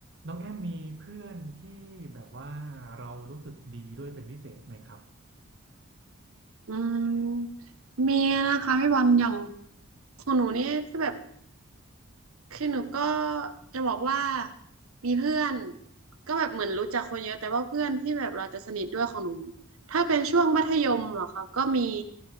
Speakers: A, on the right; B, on the right.
A: น้องแอมมีเพื่อนที่แบบว่าเรารู้สึกดีด้วยเป็นพิเศษไหมครับ
B: อืมมีนะคะพี่บอลอย่างของหนูนี่ก็แบบคือหนูก็จะบอกว่ามีเพื่อนก็แบบเหมือนรู้จักคนเยอะแต่ว่าเพื่อนที่แบบเราจะสนิทด้วยของหนูถ้าเป็นช่วงมัธยมเหรอคะก็มี